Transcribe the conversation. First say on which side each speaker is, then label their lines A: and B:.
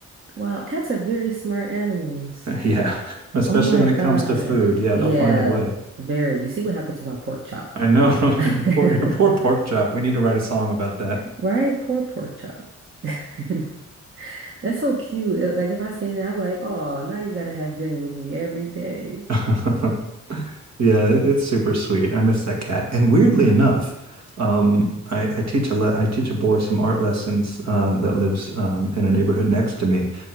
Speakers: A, on the right; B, on the right.
A: Wow, cats are very smart animals.
B: Yeah, especially
A: Oh my
B: when
A: gosh.
B: it comes to food. Yeah,
A: Yeah,
B: they'll find a way.
A: very. You see what happened to my pork chop.
B: I know <laughs> your poor
A: <laughs>
B: your poor pork chop. We need to write a song about that.
A: Right? Poor pork chop. <laughs> That's so cute. Uh, Like if I seen that, I'm like, oh, now you gotta have dinner with me every day.
B: <laughs> Yeah, it, it's super sweet. I miss that cat. And weirdly enough, um, I, I teach a le I teach a boy some art lessons um, that lives um, in a neighborhood next to me,